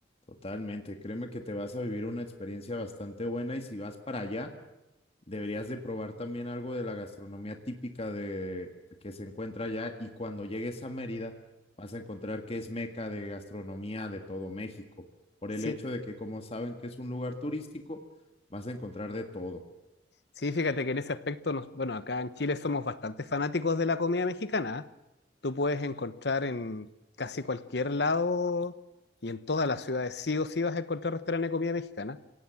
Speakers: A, on the left (about 35°); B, on the left (about 65°).
A: totalmente. Créeme que te vas a vivir una experiencia bastante buena y si vas para allá, Deberías de probar también algo de la gastronomía típica de, que se encuentra allá y cuando llegues a Mérida vas a encontrar que es meca de gastronomía de todo México, por
B: Sí,
A: el hecho de que como saben que es un lugar turístico, vas a encontrar de todo.
B: sí, fíjate que en ese aspecto, nos, bueno, acá en Chile somos bastante fanáticos de la comida mexicana. Tú puedes encontrar en casi cualquier lado y en todas las ciudades sí o sí vas a encontrar restaurantes de comida mexicana.